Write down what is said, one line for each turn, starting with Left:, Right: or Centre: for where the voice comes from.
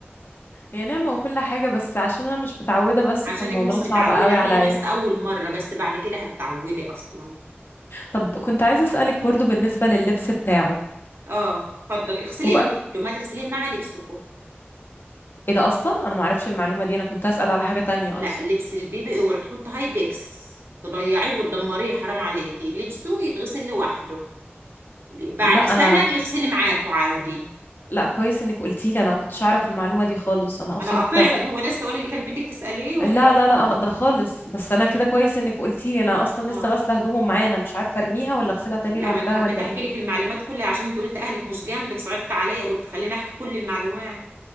Left: هي نعمه وكل حاجه بس عشان انا مش متعوده بس
Right: عشانك
Left: فالموضوع
Right: مش
Left: صعب
Right: متعودة
Left: قوي
Right: هي
Left: عليا
Right: بس أول مرة بس بعد كده هتتعودي أصلا
Left: طب كنت عايزه اسالك برضو بالنسبه لللبس بتاعه
Right: اه اتفضلي اغسليه
Left: هو
Right: لوحده ما تغسليه مع لبسكو
Left: ايه ده اصلا انا ما اعرفش المعلومه دي انا كنت اسال على حاجه تانية
Right: لا
Left: اصلا
Right: لبس البيبي اوعي تحطي هاي بيكس تضيعيه وتدمريه حرام عليكي لبسه يتغسل لوحده بعد
Left: لا انا
Right: سنة بيغسلي معاكوا عادي
Left: لا كويس انك قلتي لي انا ما كنتش اعرف المعلومه دي خالص انا اصلا
Right: أنا قطعتك
Left: كنت
Right: هو ده السؤال اللي كان بدك تسأليه ولا
Left: لا لا لا ده خالص بس انا كده كويس انك قلتي لي انا اصلا
Right: اه
Left: لسه غاسله هدومه معايا انا مش عارفه ارميها ولا اغسلها تاني
Right: لا
Left: لوحدها
Right: ما أنا حبيت
Left: ولا
Right: أحكي
Left: ايه
Right: لك المعلومات كلها عشان أنت قلت أهلك مش جنبك صعبت عليا قلت خليني أحكي كل المعلومات